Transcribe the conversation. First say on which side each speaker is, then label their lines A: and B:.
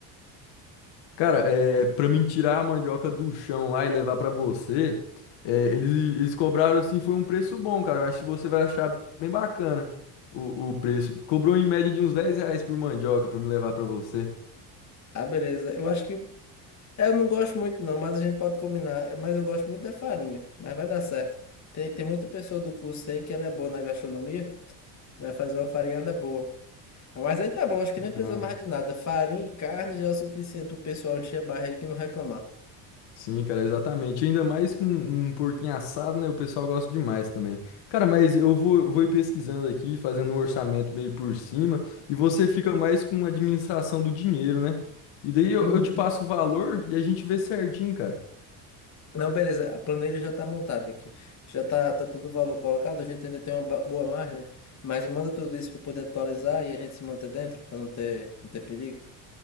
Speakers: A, on the left; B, on the left.
A: Cara, é, pra mim tirar a mandioca do chão lá e levar pra você, é, eles, eles cobraram assim, foi um preço bom, cara. Eu acho que você vai achar bem bacana o, o preço. Cobrou em média de uns 10 reais por mandioca pra me levar pra você.
B: Ah, beleza. Eu acho que. é, Eu não gosto muito, não, mas a gente pode combinar. É, Mas eu gosto muito da farinha, mas vai dar certo. Tem, tem muita pessoa do curso aí que ela é boa na gastronomia, vai fazer uma farinhada boa. Ah, Mas aí tá bom, acho que
A: Ah,
B: nem precisa mais de nada. Farinha e carne já é o suficiente o pessoal encher a barriga e não reclamar.
A: Sim, cara, exatamente. Ainda mais com um porquinho assado, né? O pessoal gosta demais também. Cara, mas eu vou, vou ir pesquisando aqui, fazendo um orçamento meio por cima, e você fica mais com a administração do dinheiro, né? E daí eu,
B: Uhum.
A: eu te passo o valor e a gente vê certinho, cara.
B: Não, beleza, a planilha já está montada aqui. Já está tá tá todo o valor colocado, a gente ainda tem uma ba- boa margem, mas manda tudo isso para poder atualizar e a gente se manter dentro, para não ter, não ter perigo.